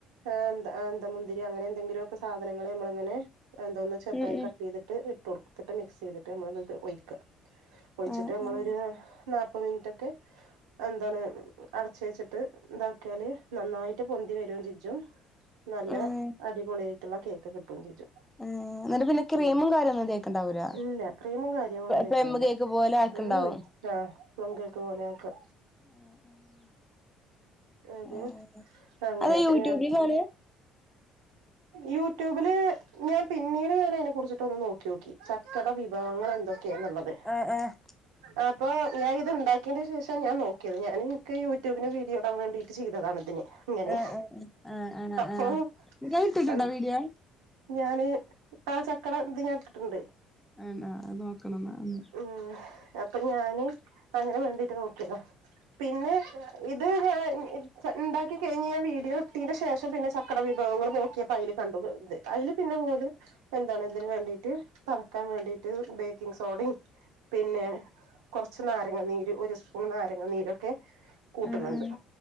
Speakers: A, on the right; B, in the centre.
A: ആ എന്ത എന്ത മുന്തിരി അങ്ങനെ എന്തെങ്കിലുമൊക്കെ സാധനങ്ങൾ നമ്മൾഇങ്ങനെ എന്തോ. ചെറുതായി
B: ഉം ഉം
A: കട്ട് ചെയ്തിട്ട് ഇട്ടൊടുത്തിട്ട് മിക്സ് ചെയ്തിട്ട് നമ്മള് ഒയ്ക്ക ഒഴിച്ചിട്ട്
B: ആഹ്
A: നമ്മളൊരു
B: ആഹ്
A: നാല്പ്പത് മിനിറ്റൊക്കെ ആഹ് എന്താണ് അടച്ച് വെച്ചിട്ട് ഇതാക്കിയാല് നന്നായിട്ട് പൊന്തി വരും <unintelligible> നല്ല
B: ആഹ്
A: അടിപൊളിയായിട്ടുള്ള കേക്ക് കിട്ടും ചോച്ചും
B: ആഹ് എന്നിട്ട് പിന്നെ ക്രീമും
A: ഉം
B: കാര്യൊന്നും തേക്ക്ണ്ടാവൂല
A: ഇല്ല ക്രീമും കാര്യങ്ങളും ഒന്നും തേക്കണില്ല
B: പ്ലം കേക്ക് പോലെ ആക്ക്ണ്ടാവും
A: ഉം ആ പ്ലം കേക്ക് പോലെ ആക്ക
B: ആഹ് ആഹ്
A: അപ്പൊ
B: ഏഹ്
A: അങ്ങനെ
B: അത്
A: അപ്പൊ
B: യൂട്യൂബിന്നാണ്
A: യൂടൂബില് ഞാൻ പിന്നീട് ഞാൻ അതിനെ കുറിച്ചിട്ടൊന്ന് നോക്ക്യോക്കി ചക്കടെ വിഭവങ്ങൾ എന്തൊക്കെയെന്നുള്ളത്
B: ആഹ് ആഹ്
A: അപ്പൊ ഞാൻ ഇത് ഇണ്ടാക്കിയന്റെ ശേഷം ഞാൻ നോക്കിയത് ഞാൻ എനിക്ക് യൂട്യൂബിന് വീഡിയോ ഇടാൻ വേണ്ടി ചെയ്തതാണ് ഇതിന് ഇങ്ങനെ
B: ആഹ് ആഹ് ആഹ് ആഹ്
A: അപ്പൊ
B: ആഹ് ഇയ്യ് ഇട്ടിട്ടുണ്ടോ
A: എ
B: വീഡിയോ
A: ഞാന് ആ ചക്കടെ ഇതു ഞാനിട്ടിട്ടുണ്ട്
B: ആണോ അത് നോക്കണം ന്നാ ഒന്ന്
A: ഉം അപ്പൊ ഞാന് അങ്ങനെ വേണ്ടീട്ട് നോക്കിയതാ പിന്നെ ഇത് ഞാൻ ഇണ്ടാക്കി കഴിഞ്ഞ് ഞാൻ വീഡിയോ ഇട്ടീന് ശേഷം പിന്നെ ചക്കേടെ വിഭവങ്ങൾ നോക്കിയപ്പോ അയില് കണ്ടു അയില് പിന്നെ ഇങ്ങോല് എന്താണ് ഇതിന് വേണ്ടിട്ട് പതക്കാൻ വേണ്ടീട്ട് ബേക്കിംഗ് സോഡയും പിന്നെ കൊറച്ച് നാരങ്ങ നീര് ഒരു സ്പൂൺ നാരങ്ങ നീരൊക്കെ കൂട്ടുന്നുണ്ട്
B: ഉം ഉം